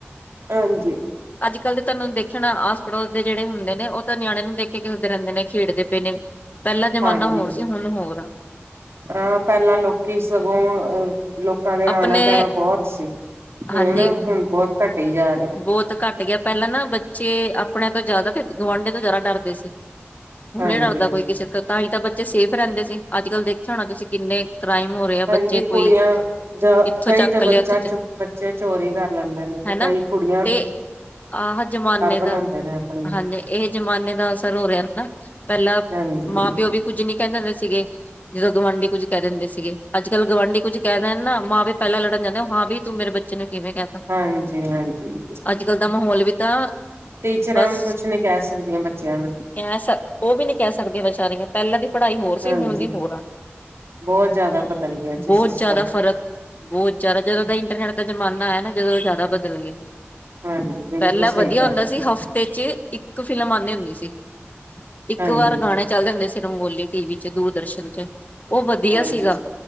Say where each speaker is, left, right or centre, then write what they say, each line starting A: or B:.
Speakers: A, on the right; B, on the left.
A: ਹਾਂਜੀ
B: ਕੱਲ ਤੇ ਤੁਹਾਨੂੰ ਦੇਖ ਣਾ ਆਸ ਪੜੋਸ ਦੇ ਜਿਹੜੇ ਹੁੰਦੇ ਨੇ ਉਹ ਤਾਂ ਨਿਆਣੇ ਨੂੰ ਦੇਖ ਕਿਸ ਹਦੇ ਰਹਿੰਦੇ ਨੇ ਖੇਡਦੇ ਪਏ ਨੇ ਪਹਿਲਾ ਜ਼ਮਾਨਾ
A: ਹਾਂਜੀ
B: ਹੋਰ ਸੀ ਹੁਣ ਹੋਰ ਆ
A: ਅਹ ਪਹਿਲਾਂ ਲੋਕੀ ਸਗੋਂ ਅ ਲੋਕਾਂ ਦੇ ਆਣਾ
B: ਆਪਣੇ
A: ਜਾਣਾ ਬਹੁਤ ਸੀ ਹੁਣ
B: ਹਾਂਜੀ
A: ਹੁਣ ਬਹੁਤ ਘਟੀ ਜਾ ਰਿਹਾ
B: ਬਹੁਤ ਘੱਟ ਗਿਆ ਪਹਿਲਾਂ ਨਾ ਬੱਚੇ ਆਪਣ ਤੋਂ ਜ਼ਿਆਦਾ ਤੇ ਗੁਆਂਢੇ ਤੋਂ ਜ਼ਿਆਦਾ ਡਰਦੇ ਸੀ ਹੁ
A: ਹਾਂਜੀ
B: ਨਹੀਂ ਡਰਦਾ ਕੋਈ ਕਿਸੇ ਤਾਂ ਹੀ ਤਾਂ ਬੱਚੇ ਸੇਫ ਰਹਿੰਦੇ ਸੀ ਅੱਜ ਕੱਲ੍ਹ ਦੇਖਿਆ ਹੋਣਾ ਤੁਸੀਂ ਕਿੰਨੇ ਕ੍ਰਾਈਮ ਹੋ ਰਹੇ ਆ
A: ਹਾਂਜੀ
B: ਬੱਚੇ
A: ਕੁੜੀਆਂ
B: ਕੋਈ
A: ਜ
B: ਇੱਥੋਂ
A: ਕਈ
B: ਚੱਕ
A: ਤੇ
B: ਲਿਆ
A: ਬੱਚਾ
B: ਉੱਥੋਂ
A: ਚ ਬੱਚੇ ਚੋਰੀ ਕਰ ਲੈਂਦੇ ਨੇ ਤੇ
B: ਹਨਾ
A: ਕਈ ਕੁੜੀ
B: ਤੇ ਆਹ ਜਮਾਨੇ
A: ਬਣਾਉਂਦੇ
B: ਦਾ
A: ਨੇ ਆਪਣੀ
B: ਹਾਂਜੀ ਇਹ ਜ਼ਮਾਨੇ ਦਾ ਅਸਰ ਹੋ ਰਿਹਾ। ਨਾ। ਪਹਿਲਾਂ
A: ਹਾਂਜੀ
B: ਮਾਂ-ਪਿਓ ਵੀ ਕੁੱਝ ਨੀ ਕਹਿੰਦੇ ਹੁੰਦੇ ਸੀਗੇ, ਜਦੋਂ ਗੁਆਂਢੀ ਕੁੱਝ ਕਹਿ ਦਿੰਦੇ ਸੀਗੇ। ਅੱਜ ਕੱਲ ਗੁਆਂਢੀ ਕੁੱਝ ਕਹਿ ਦੇਣ ਨਾ ਮਾਂ ਵੀ ਪਹਿਲਾਂ ਲੜਨ ਜਾਂਦੀ ਹੋ ਹਾਂ ਵੀ ਤੂੰ ਮੇਰੇ ਬੱਚੇ ਨੂੰ ਕਿਵੇਂ ਕਹਿ ਤਾ
A: ਹਾਂਜੀ-ਹਾਂਜੀ।
B: ਅੱਜ ਕਲ ਦਾ ਮਾਹੌਲ ਵੀ ਤਾਂ
A: ਟੀਚਰਾਂ
B: ਬਸ
A: ਵੀ ਕੁਛ ਨੀ ਕਹਿ ਸਕਦੀਆਂ ਬੱਚਿਆਂ ਨੂੰ
B: ਕੇ ਸਕ ਔ ਵੀ ਨਹੀ ਕੇ ਸਕਦੇ ਵਿਚਾਰੀਆਂ, ਪਹਿਲਾਂ ਦੀ ਪੜ੍ਹਾਈ ਹੋਰ
A: ਹਾਂਜੀ
B: ਸੀ ਹੁਣ ਦੀ ਹੋਰ ਆ।
A: ਬਹੁਤ ਜ਼ਿਆਦਾ ਬਦਲ ਗਿਆ ਜੀ
B: ਬਹੁਤ
A: ਸਿਸਟਮ
B: ਜ਼ਿਆਦਾ ਫ਼ਰਕ ਬਹੁਤ ਜ਼ਿਆਦਾ ਜਦੋਂ ਦਾ ਇੰਟਰਨੈਟ ਦਾ ਜਮਾ ਨਾ ਆਇਆ ਨਾ ਜਦੋਂ ਦਾ ਜ਼ਿਆਦਾ ਬਦਲ ਗਿਆ।
A: ਹਾਂਜੀ ਬਿਲਕੁਲ
B: ਪਹਿਲਾਂ ਵਧੀਆ
A: ਸਹੀ ਕਹਿ
B: ਹੁੰਦਾ
A: ਰਹੇ
B: ਸੀ ਹਫ਼ਤੇ ਚ ਇੱਕ ਫਿਲਮ ਆਂਦੀ ਹੁੰਦੀ ਸੀ। ਇੱਕ
A: ਹਾਂਜੀ
B: ਵਾਰ ਗਾਣੇ ਚੱਲਦੇ ਹੁੰਦੇ ਸੀ। ਰੰਗੋਲੀ ਟੀ ਵੀ ਚ ਦੂਰਦਰਸ਼ਨ ਚ। ਉਹ ਵਧੀਆ
A: ਹਾਂਜੀ,
B: ਸੀਗਾ